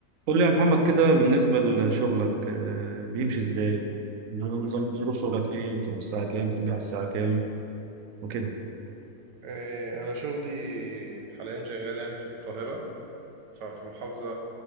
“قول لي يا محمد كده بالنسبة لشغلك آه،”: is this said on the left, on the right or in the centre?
Right